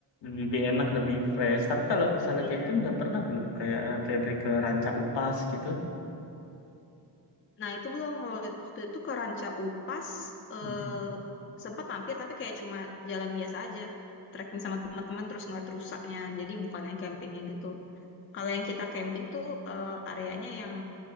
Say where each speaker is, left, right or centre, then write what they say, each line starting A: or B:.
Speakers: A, on the left; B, on the left.
A: lebih enak, lebih fresh. Tapi kalau misalnya
B: Iya.
A: camping udah pernah belum? Kayak eh, pergi ke Ranca Upas gitu.
B: Nah, itu belum kalau waktu itu ke Ranca Upas eh,
A: Mhm,
B: sempat mampir tapi kayak cuma jalan biasa aja, trekking sama teman-teman terus ngeliat rusaknya. Jadi bukan yang campingnya gitu. Kalau yang kita camping tuh eh, areanya yang